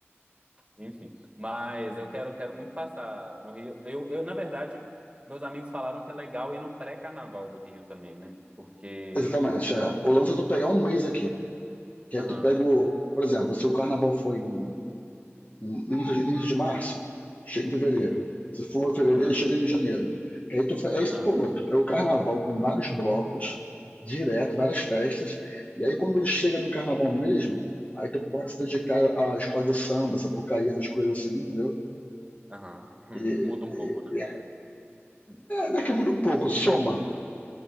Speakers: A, on the right; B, on the left.
A: enfim. Mas eu quero, quero muito passar no Rio. Eu, eu, na verdade, meus amigos falaram que é legal ir no pré-carnaval do Rio também, né? Porque.
B: Exatamente. É. O lance é tu pegar um mês aqui. Que
A: Aham.
B: aí tu pega, o, por exemplo, se o carnaval foi em início de, início de março, chega em fevereiro.
A: uhum,
B: Se for fevereiro,
A: Aham.
B: chega em janeiro. aí tu, é
A: Aham.
B: isso, pô, tu pega o carnaval com vários blocos, direto, várias festas, e aí quando chega no carnaval mesmo, aí tu pode se dedicar à escola de samba, sapucaí, essas coisas assim, entendeu?
A: Aham. hum,
B: E,
A: Muda um pouco,
B: e é,
A: né?
B: né, que muda um pouco, soma.